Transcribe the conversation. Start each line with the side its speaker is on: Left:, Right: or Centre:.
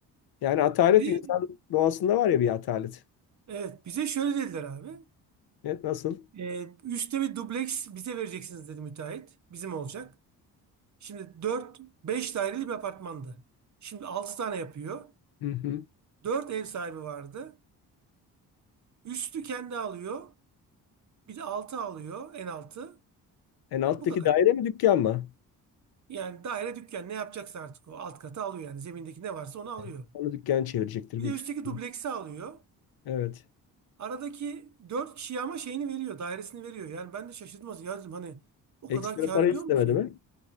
Left: Yani atalet
Right: Bir
Left: insan
Right: de-
Left: doğasında var ya bir atalet.
Right: Evet bize şöyle dediler abi.
Left: Evet nasıl?
Right: E, üstte bir dubleks bize vereceksiniz dedi müteahhit. Bizim olacak. Şimdi 4 5 daireli bir apartmandı. Şimdi 6 tane yapıyor.
Left: Hı hı.
Right: 4 ev sahibi vardı. Üstü kendi alıyor. Bir de altı alıyor. En altı.
Left: En alttaki
Right: Bu kadar.
Left: daire mi dükkan mı?
Right: Yani daire dükkan ne yapacaksa artık o alt katı alıyor yani. Zemindeki ne varsa onu alıyor.
Left: Evet. Onu dükkan çevirecektir
Right: Bir
Left: büyük
Right: de üstteki
Left: ihtimalle.
Right: dubleksi alıyor.
Left: Evet.
Right: Aradaki 4 kişiye ama şeyini veriyor. Dairesini veriyor. Yani ben de şaşırdım. aslında. Ya dedim hani o
Left: Ekstra
Right: kadar kâr
Left: para
Right: ediyor
Left: istemedi
Right: mu ki?
Left: mi?